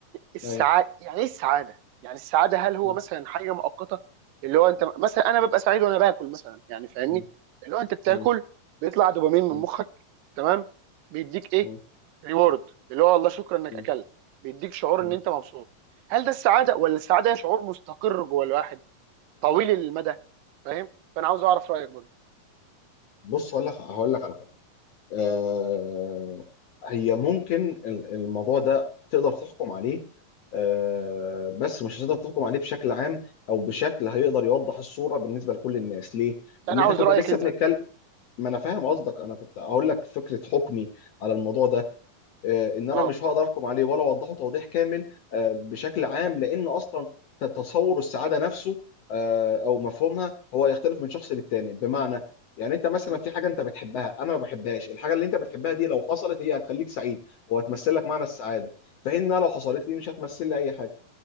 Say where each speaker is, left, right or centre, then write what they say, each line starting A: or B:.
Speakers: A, on the right; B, on the left.
A: السعاده
B: أيوه
A: يعني ايه السعاده يعني السعاده هل هو
B: مم.
A: مثلا حاجه مؤقته اللي هو انت مثلا انا ببقى سعيد وانا باكل مثلا يعني فاهمني
B: مم.
A: اللي هو انت بتاكل
B: مم.
A: بيطلع دوبامين من
B: مم.
A: مخك تمام بيديك ايه
B: مم.
A: ريورد اللي هو والله شكرا انك
B: مم.
A: اكلت بيديك شعور
B: مم.
A: ان انت مبسوط هل ده السعاده ولا السعاده هي شعور مستقر جوه الواحد طويل المدى فاهم فانا عاوز اعرف رايك برضو
B: بص هقول لك هقول لك على حاجة آه هي ممكن ال- الموضوع ده تقدر تحكم عليه آه بس مش هتقدر تحكم عليه بشكل عام أو بشكل هيقدر يوضح الصورة بالنسبة لكل الناس ليه؟
A: لا
B: لأن
A: انا عاوز
B: احنا كنا
A: رايك
B: لسه
A: انت
B: بنتكلم ما انا فاهم قصدك انا كنت هقول لك فكره حكمي على الموضوع ده آه، ان انا
A: اه
B: مش هقدر احكم عليه ولا اوضحه توضيح كامل آه، بشكل عام لان اصلا ت- تصور السعاده نفسه آه، او مفهومها هو يختلف من شخص للتاني بمعنى يعني انت مثلا
A: مم.
B: في حاجه انت بتحبها انا ما بحبهاش الحاجه اللي انت بتحبها دي لو حصلت هي هتخليك سعيد وهتمثل لك معنى السعاده فانها لو حصلت لي مش هتمثل لي اي حاجه